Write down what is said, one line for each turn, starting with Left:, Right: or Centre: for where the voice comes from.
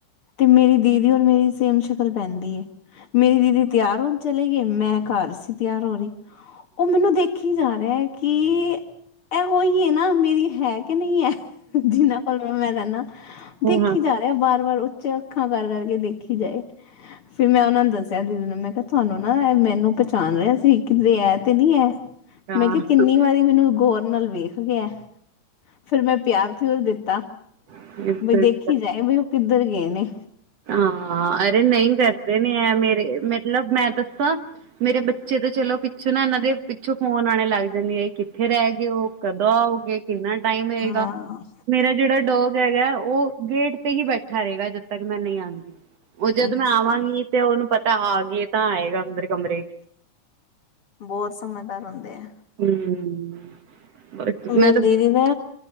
Left: ਤੇ ਮੇਰੀ ਦੀਦੀ ਔਰ ਮੇਰੀ ਸੇਮ ਸ਼ਕਲ ਪੈਂਦੀ ਏ ਮੇਰੀ ਦੀਦੀ। ਤਿਆਰ ਹੋਣ ਚਲੇ ਗਏ ਮੈਂ ਘਰ ਸੀ ਤਿਆਰ ਹੋ ਰਹੀ। ਉਹ ਮੈਨੂੰ ਦੇਖੀ ਜਾ ਰਿਹਾ ਕਿ। ਇਹੋ ਹੀ ਐ ਨਾ ਮੇਰੀ ਹੈ ਕਿ ਨਈ ਐ। ਜਿੰਨਾ ਕੋਲ ਮੈਂ ਰਹਿਣਾ
Right: ਹਾਂ
Left: ਦੇਖੀ
Right: ਹਾਂ,
Left: ਜਾ ਰਿਹਾ ਬਾਰ- ਬਾਰ। ਅੱਖਾਂ ਕਰ- ਕਰ ਕਰਕੇ ਦੇਖੀ ਜਾਏ ਫਿਰ ਮੈਂ ਉਹਨਾਂ ਨੂੰ ਦੱਸਿਆ। ਦੱਸਿਆ ਦੀਦੀ ਨੂੰ ਮੈਂ ਕਿਹਾ ਤੁਹਾਨੂੰ ਨਾ ਇਹ ਮੈਨੂੰ ਪਛਾਣ ਰਿਹਾ ਸੀ ਕਿਧਰੇ ਐ ਤੇ ਨੀ ਐ।
Right: ਹਾਂ
Left: ਮੈਂ ਕਿਹਾ ਕਿੰਨੀ ਵਾਰੀ ਮੈਨੂੰ ਗੌਰ ਨਾਲ ਵੇਖ ਗਿਆ ਫੇਰ ਮੈਂ ਪਿਆਰ। ਪਿਆਰ ਦਿੱਤਾ
Right: ਬਸ
Left: ਬਈ ਦੇਖੀ ਜਾਏ ਬਈ ਉਹ ਕਿੱਧਰ ਗਏ ਨੇ।
Right: ਹਾਂ! ਅਰੇ ਨਹੀਂ ਕਰਦੇ ਨੇ ਐ ਮੇਰੇ ਮਤਲਬ ਮੈਂ ਦੱਸਾਂ। ਮੇਰੇ ਬੱਚੇ ਤਾਂ ਚਲੋ ਪਿੱਛੋਂ ਨਾ ਇਹਨਾਂ ਦੇ ਪਿੱਛੋਂ ਫ਼ੋਨ ਆਉਣੇ ਲੱਗ ਜਾਂਦੇ ਐ। ਕਿੱਥੇ ਰਹਿ ਗਏ ਉਹ, ਕਦੋਂ ਆਓਗੇ। ਕਿੰਨਾ ਟਾਈਮ
Left: ਹਾਂ
Right: ਰਏਗਾ ਮੇਰਾ ਜਿਹੜਾ ਡੋਗ ਹੈਗਾ ਉਹ ਗੇਟ ਤੇ ਹੀ ਬੈਠਾ ਰਹੇਗਾ ਜਦ ਤੱਕ। ਮੈਂ ਨਹੀਂ ਆਉਂਦੀ, ਉਹ ਜਦ
Left: ਅੱਛਾ
Right: ਮੈਂ ਆਵਾਂਗੀ ਤੇ ਉਹਨੂੰ ਪਤਾ ਆ ਗਏ ਤਾਂ ਆਏਗਾ ਅੰਦਰ ਕਮਰੇ 'ਚ।
Left: ਬਹੁਤ ਸਮਝਦਾਰ ਹੁੰਦੇ ਆ।
Right: ਹੂੰ! ਹੂੰ! ਬਸ
Left: ਮੇਰੀ
Right: ਮੈਂ ਤਾਂ,
Left: ਦੀਦੀ ਦਾ